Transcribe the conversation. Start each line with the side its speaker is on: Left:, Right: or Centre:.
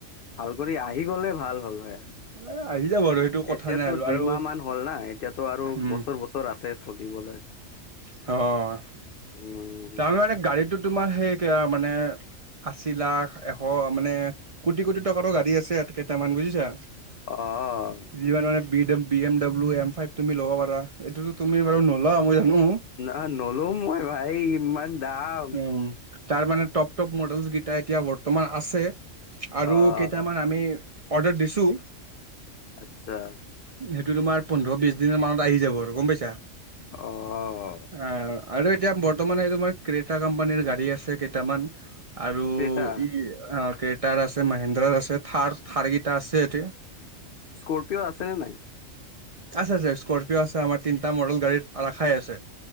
Left: ভাল কৰি আহি গ'লে ভাল হ'ল আৰ।
Right: এ আহি যাব আৰু সেইটো কথা
Left: এতিয়াতো
Right: নাই আৰু
Left: দুইমাহ
Right: আৰু
Left: মান হ'ল না, এতিয়াতটো আৰু
Right: উম,
Left: বছৰ বছৰ আছে। ফুদিবলে।
Right: অঁ, অঁ।
Left: উম,
Right: তাৰ মানে গাড়ীতটো তোমাৰ সেই কেয়া মানে- আশী লাখ, এশ মানে কোটি কোটি টকাৰো গাড়ী আছে কেইটামান বুজিছা।
Left: অঁ।
Right: যিমানৰে B, B M W M five তুমি ল'ব পাৰা। এইটো তুমি বাৰু নলোৱা, মই জানো।
Left: আ, নলো মই ভাই ইমান দাম।
Right: উম তাৰ মানে টপ টপ মডেলচ কেইটা এতিয়া বৰ্তমান আছে আৰু
Left: অ',
Right: কেইটামান আমি- অৰ্ডাৰ দিছোঁ।
Left: আটচা।
Right: সেইটো তোমাৰ পোন্ধৰ-বিশ দিনৰ মানত আহি যাব আৰু গম পাইছা।
Left: অঁ।
Right: আ আৰু এতিয়া বৰ্তমান এই তোমাৰ ক্ৰেতা কোম্পানীৰ গাড়ী আছে কেইটামান। আৰু
Left: ক্ৰেতা
Right: ই অঁ ক্ৰেতাৰ আছে, মহেন্দ্ৰাৰ আছে, থাৰ থাৰকেইটা আছে এইটোৱে।
Left: স্কৰপিঅ আছে নে নাই?
Right: আছে, আছে। স্কৰপি'অ আছে। আমাৰ তিনিটা মডেল গাড়ীত ৰাখাই আছে।